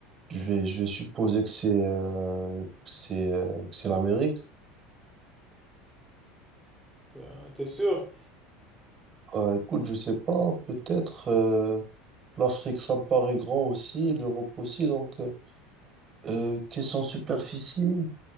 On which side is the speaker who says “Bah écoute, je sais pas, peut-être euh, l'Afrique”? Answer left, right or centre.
Right